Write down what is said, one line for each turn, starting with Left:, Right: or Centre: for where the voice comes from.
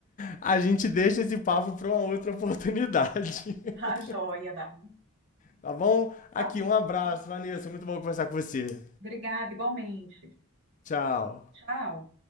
Left: a, a gente deixa esse papo para uma outra oportunidade, <laughs>
Right: tá joia, Davi,
Left: tá bom?
Right: tá
Left: Aqui, um abraço, Vanessa. Muito bom conversar com você.
Right: Obrigada, igualmente.
Left: Tchau.
Right: Tchau.